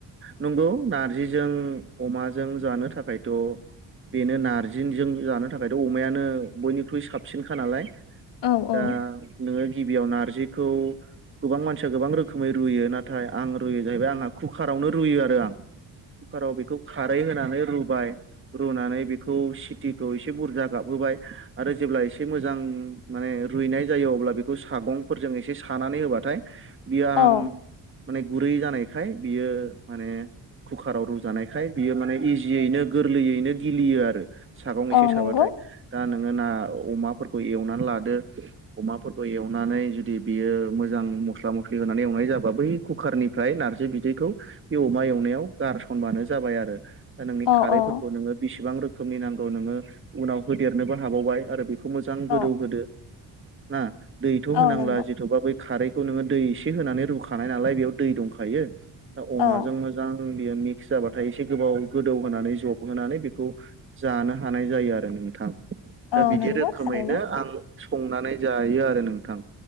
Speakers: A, on the right (about 25°); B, on the left (about 65°).
A: नंगौ नारजि जों अमाजों जानो थाखायथ' बेनो नारजिनजों जानो थाखायथ' अमायानो बयनिख्रुइ साबसिनखा नालाय
B: औ औ
A: दा नोङो गिबियाव नारजिखौ गोबां मानसिया गोबां रोखो खोमै रुयो नाथाय आं रुयो जाहैबाय आंहा कुकार आवनो रुयो आरो आं कुकाराव बेखौ खारै होना राबाय रुनानै बेखौ सिथिखौसे बुरजा गाबहोबाय आरो जेब्ला एसे मोजां माने रुइनाय जायो अब्ला बेखौ सागंफोरजों एसे सानानै होबाथाय। बियो आराम
B: औ
A: माने गुरै जानायखाय बियो माने। कुकाराव रुजानायखाय बियो माने इजियैनो गोरलैयैनो गिलियो आरो। सागं एसे
B: औ नंगौ
A: साबाथाय दा। नोङो ना अमाफोरखौ एवनानै लादो अमाफोरखौ एवनानै जुदि बियो मोजां। मस्ला मस। होनानै एवनाय जाबा बै कुकारनिफ्राय नारजि बिदैखौ बे अमा एवनायाव गारसनबानो जाबाय आरो। दा नोंनि
B: औ
A: खारैफोरखौ
B: औ
A: नोङो बेसिबां रोखोमनि नांगौ नोङो उनाव होदेरनोबो हाबावबाय आरो। खौ मोजां
B: औ
A: गोदौ होदो ना दैथ' होनांला
B: औ नंगौ
A: जेथबा बै खारैखौ नोङो दै। होनानै रुखानाय नालाय बेयाव दै दंखायो दा अमाजों
B: औ
A: मोजां। बेयो मिक्स जाबाथाय एसे गोबाव गोदौ होनानै जब होनानै बेखौ जानो हानाय जायो आरो । नोंथां दा
B: औ
A: बिदि
B: नंगौ
A: रोखोमैनो
B: थारैनो
A: आं। संनानै जायो आरो नोंथां